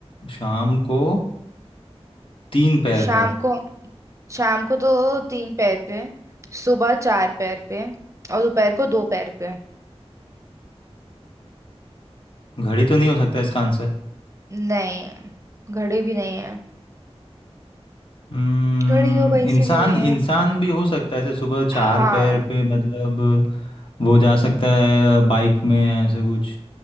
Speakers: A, on the left; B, on the right.
A: शाम को तीन पैर
B: शाम
A: पर
B: को शाम को तो तीन पैर पे सुबह चार पैर पे और दोपहर को दो पैर पे
A: घड़ी तो नहीं हो सकता इसका आंसर
B: नहीं घड़ी भी नहीं है
A: हम्म,
B: घड़ी तो कहीं से
A: इंसान
B: भी नहीं
A: इंसान
B: है
A: भी हो सकता है ऐसे सुबह चार
B: हाँ
A: पैर पे मतलब वो जा सकता है बाइक में या ऐसा कुछ